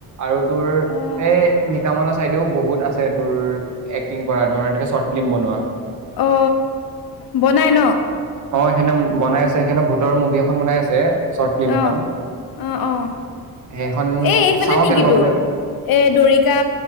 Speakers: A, on the right; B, on the left.
A: আৰু তোৰ
B: অ
A: এই নিকামনৰ চাইদেও বহুত আছে তোৰ এক্টিং কৰা ধৰ এনেকে চৰ্ট ফিল্ম বনোৱা।
B: অ বনাই ন?
A: অ সেইখনে বনাই আছে সিহঁতে ভুতৰ মুভি এখন বনাই আছে। চৰ্ট ফিল্ম এখন
B: অ' অ অহ।
A: সেইখন
B: এ এইফালে
A: চাও
B: নেকি
A: কেনেকুৱা
B: তোৰ?
A: বনাই
B: এ দৰিকা